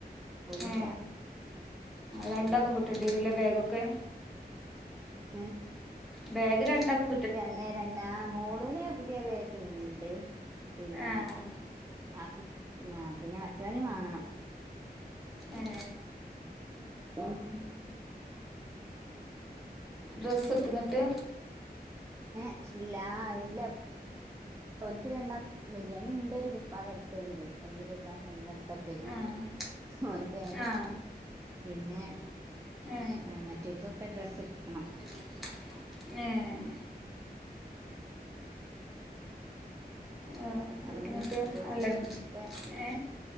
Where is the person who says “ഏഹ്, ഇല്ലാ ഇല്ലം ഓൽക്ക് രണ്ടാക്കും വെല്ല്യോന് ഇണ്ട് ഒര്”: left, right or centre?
Right